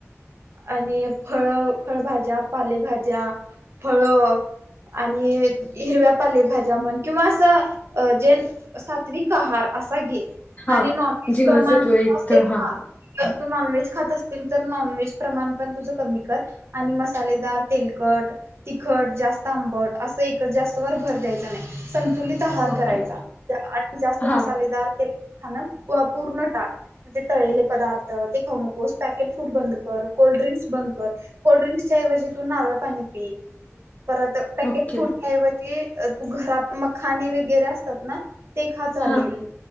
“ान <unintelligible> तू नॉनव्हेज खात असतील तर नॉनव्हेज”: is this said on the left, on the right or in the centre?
Right